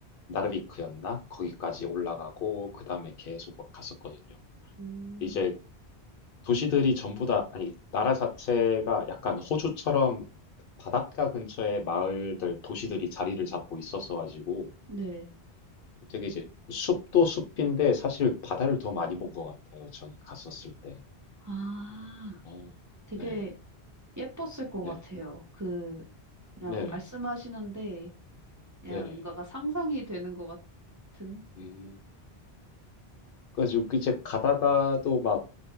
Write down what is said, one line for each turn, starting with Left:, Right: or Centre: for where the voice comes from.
Left: 나르비크였나? 거기까지 올라가고 그 다음에 계속 막 갔었거든요.
Right: 음,
Left: 이제 도시들이 전부 다 아니 나라 자체가 약간 호주처럼 바닷가 근처에 마을들 도시들이 자리를 잡고 있었어가지고
Right: 네.
Left: 되게 이제 숲도 숲인데 사실 바다를 더 많이 본 것 같아요. 저는 갔었을 때.
Right: 아,
Left: 어,
Right: 되게
Left: 네,
Right: 예뻤을 것
Left: 네네,
Right: 같아요. 그, 그냥
Left: 네,
Right: 말씀하시는데, 그냥
Left: 네네.
Right: 뭔가가 상상이 되는 것 같은?
Left: 음, 그래가지고 그 이제 가다가도 막